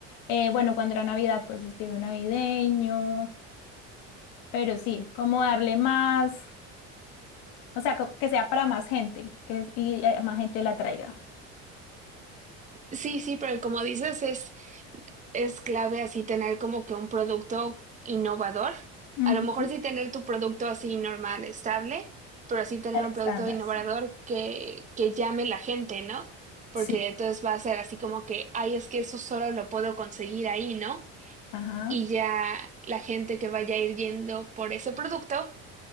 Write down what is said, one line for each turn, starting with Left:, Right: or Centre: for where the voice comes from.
Left: eh, bueno, cuando era Navidad, pues estilo navideño, pero sí, como darle más, o sea, co- que sea para más gente, que es- y eh, más gente la traiga.
Right: Sí, sí, pero como dices, es... es clave así tener como que un producto innovador.
Left: Ujú.
Right: A lo mejor sí tener tu producto así normal, estable, pero sí tener
Left: El
Right: un
Left: estándar,
Right: producto innovador
Left: sí.
Right: que, que llame la gente, ¿no? Porque
Left: Sí,
Right: entonces va a ser así como que, ay, es que eso solo lo puedo conseguir ahí, ¿no?
Left: ajá.
Right: Y ya la gente que vaya a ir yendo por ese producto